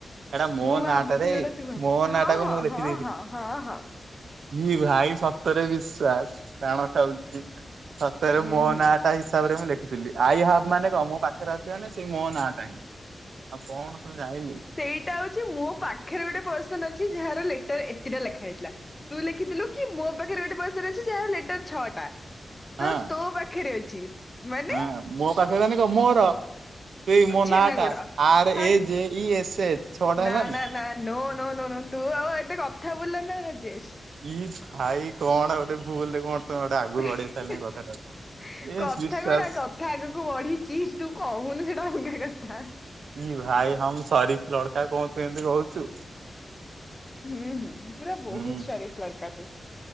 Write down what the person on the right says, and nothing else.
ଏଟା ମୋ
ନାଁଟାରେ
ମୋ ନାଁ
ଟାକୁ
ମୁଁ ଲେଖି
ଦେଇଥିଲି।
ଇ ଭାଇ ସତରେ ବିଶ୍ଵାସ କାଣ ଖାଉଛି। ସତରେ
ମୋ
ନାଁଟା ହିସାବରେ ମୁଁ ଲେଖି ଆଇ ହାବ୍ ମାନେ କଣ ମୋ ପାଖ ଜାଣିଚି ସେଇ ମୋହ ନା ଟାଇ ଆଉ କଣ ସବୁ ଜାଣିଲୁ
ହଁ
ହଁ ମୋ ପାଖରେ ଜ କ ମୋର ସେଇ ମୋ
ନାଁ ଟା ଆର
ଏ ଜେ ଇ ଏସ୍ ଏଚ୍ ଛଅଟା
ହେଲାନି।
ଇ ଭାଇ କଣ ଗୋଟେ ଭୁଲରେ କଣ ତମେ ଗୋଟେ ଆଗକୁ
ଗଡେଇ
ସାରିଲାଣି
କଥାଟା। ଏ
ବିଶ୍ୱାସ
ଇ ଭାଇ ହମ ସରିଫ ଲଡକା କଣ ତୁ ଏମତି କହୁଛୁ?
ହୁଁ